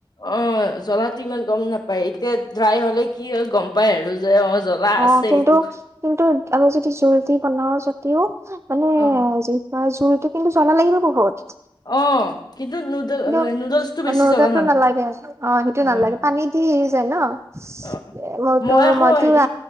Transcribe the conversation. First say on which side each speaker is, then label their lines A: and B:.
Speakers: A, on the left (about 45°); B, on the right (about 30°).
A: অ', জলাটো ইমান গম নাপায়, এতিয়া ড্ৰাই হলে কি হয়, গম পাই আৰু যে অ জ্বলা
B: অ',
A: আছে
B: কিন্তু
A: এইটো
B: কিন্তু আমি যদি জুলদি বনাওঁ সতিও মানে
A: অ',
B: তাৰ চোৰতটো কিন্তু জলা লাগিব বুত
A: অ, কিন্তু নুডল
B: কিন্তু
A: নুডলছটো বেছি
B: নৰ্দাটো
A: জ্বলা
B: নালাগে অ, সেইটো
A: উম।
B: নালাগে পানী দি এৰি যায় ন
A: অ',
B: মটো
A: মই আকৌ
B: মটো
A: হেৰি